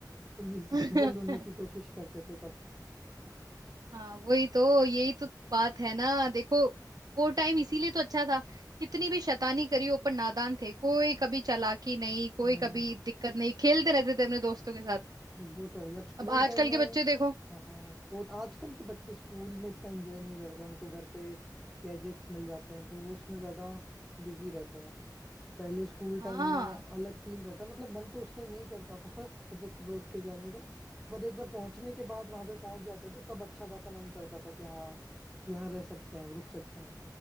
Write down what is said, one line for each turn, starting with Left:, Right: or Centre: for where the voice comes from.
Centre: <laughs> इनविजिबल
Right: <laughs>
Centre: होने की कोशिश करते थे तब
Right: हाँ वही तो यही तो बात है ना देखो वो टाइम इसीलिए तो अच्छा था कितनी भी शैतानी करी हो पर नादान थे कोई कभी चालाकी नहीं कोई
Centre: हम्म
Right: कभी दिक्कत नहीं खेलते रहते थे अपने दोस्तों के साथ
Centre: वो तो है ही। अब स्कूल
Right: अब आजकल
Centre: टाइम में
Right: के बच्चे देखो
Centre: हाँ हाँ वो तो आजकल के बच्चे स्कूल में इतना एंजॉय नहीं करते उनको घर पे गैजेट्स मिल जाते हैं तो वो उसमें ज्यादा बिजी रहते हैं पहले स्कूल
Right: हाँ
Centre: टाइम में अलग फील रहता मतलब मन तो उस टाइम नहीं करता था <laughs> सुबह सुबह उठ के जाने का बट एक बार पहुंचने के बाद वहां पे पहुंच जाते थे तब अच्छा खासा मन करता था कि हाँ यहाँ रह सकते हैं रुक सकते हैं